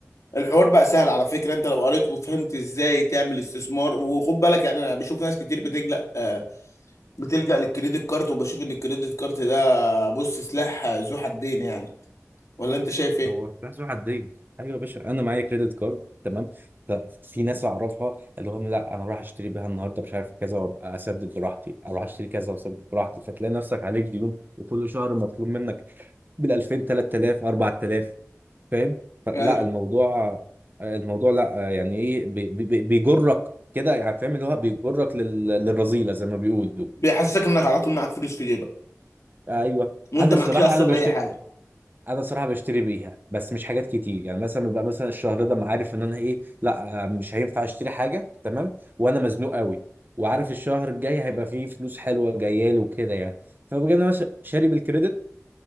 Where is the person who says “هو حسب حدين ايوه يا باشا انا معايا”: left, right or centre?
Right